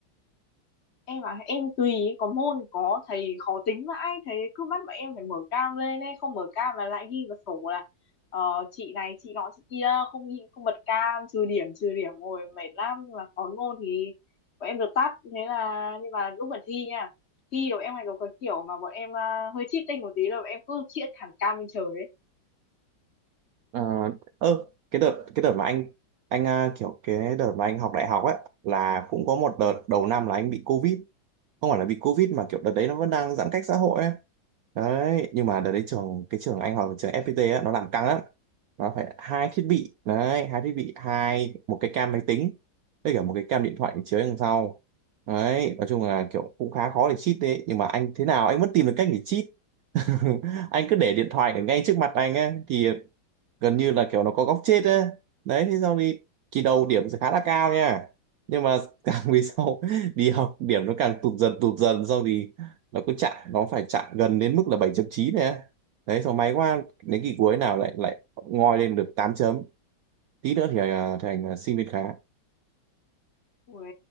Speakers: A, on the left; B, on the right.
A: em bảo em tùy có môn thì có thầy khó tính vãi thầy cứ bắt bọn em phải mở cam lên ấy không mở cam là lại ghi vào sổ là ờ, chị này chị nọ chị kia không ghi không bật cam trừ điểm trừ điểm rồi mệt lắm nhưng mà có môn thì bọn em được tắt thế là nhưng mà lúc mà thi nha thi rồi em hay có cái kiểu mà bọn em à, hơi cheating một tí là bọn em cứ chĩa thẳng cam lên trời ấy
B: ờ ơ, cái đợt cái đợt mà anh anh à, kiểu cái đợt mà anh học đại học á là cũng có một đợt đầu năm là anh bị covid không phải là vì covid mà kiểu đợt đấy nó vẫn đang giãn cách xã hội ấy đấy nhưng mà đợt đấy trường cái trường anh học là trường FPT á, nó làm căng lắm nó phải hai thiết bị đấy hai thiết bị hai một cái cam máy tính với cả một cái cam điện thoại chiếu đằng sau đấy nói chung là kiểu cũng khá khó để cheat đấy nhưng mà anh thế nào anh vẫn tìm được cách để cheat <laughs> anh cứ để điện thoại ở ngay trước mặt anh á thì gần như là kiểu nó có góc chết ấy. đấy thế xong đi kỳ đầu điểm sẽ khá là cao nha nhưng mà <laughs> càng về sau đi học điểm nó càng tụt dần tụt dần xong thì nó cứ chặn nó phải chặn gần đến mức là bảy chấm chín này á. đấy xong may quá đến kỳ cuối nào lại lại ngoi lên được 8 chấm tí nữa thì à, thành à, sinh viên khá
A: Ui,